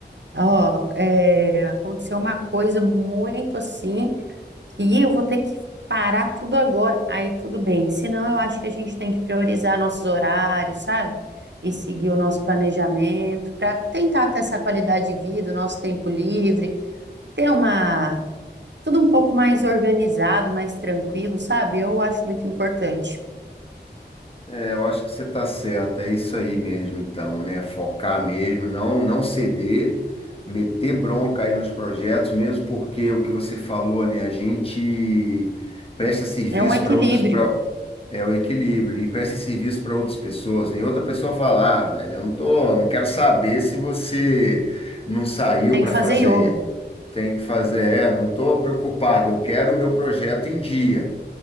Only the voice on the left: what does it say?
É, eu acho que você está certo, é isso aí mesmo, então, né? Focar mesmo, não, não ceder, meter bronca aí nos projetos, mesmo porque o que você falou, né? A gente presta serviço
para outras, para é o equilíbrio e presta serviço para outras pessoas, né? E outra pessoa fala, ah, velho, eu não tô, não quero saber se você não saiu
para
fazer,
tem que fazer, é, não tô preocupado, eu quero o meu projeto em dia,